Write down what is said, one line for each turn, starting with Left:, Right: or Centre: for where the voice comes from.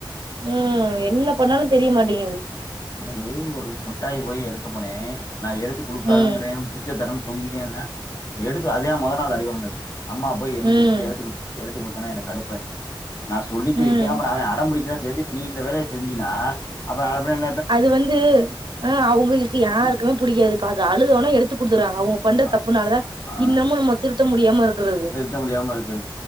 Right: ம் என்ன பண்ணாலு தெரியமாட்டேங்குது
Left: அன்னக்கி ஒரு முட்டாய் போய் எடுக்க போனே நா எடுத்து குடுக்காதங்கிறே
Right: ம்
Left: பிச்சு தரன் தொங்கிட்டே இருந்தா எடுப்பு அதே மொத நாள் அடி வாங்னது அம்மா போய் என்ன
Right: ம்
Left: சொல்லுச்சு எடுத்து குடுத்துச்சு எடுத்து குடுத் தவுன்னே எனக்கு கடுப்பாயிடுச்சு நான் சொல்லிக்கிருக்கே
Right: ம்
Left: அப்புற அவே அடம்புடிக்கிறான்னு தெரிது இப்ப நீ இந்த வேலய செஞ்சியினா அப்பறோ <unintelligible>
Right: அது வந்து ஆ அவங்களுக்கு யாரு க்கு புடிக்காது இப்ப அது அழுத உட்னே எடுத்து குடுத் தர்றாங்க அவுங்க பண்ற
Left: ஆ,
Right: தப்புனாலதா
Left: ஆ,
Right: இன்னமு நம்ம திருத்த முடியாம இருக்குறது
Left: நிறுத்த முடியாம இருக்கு